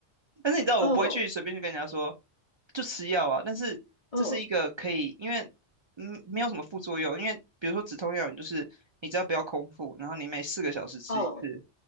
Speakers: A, on the right; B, on the left.
A: 但是你知道，
B: 嗯
A: 我不会去随便去跟人家说就吃药啊。但是这是一个可以，
B: 嗯
A: 因为嗯没有什么副作用。因为比如说止痛药，你就是你只要不要空腹，然后你每四个小时吃一次，
B: 嗯，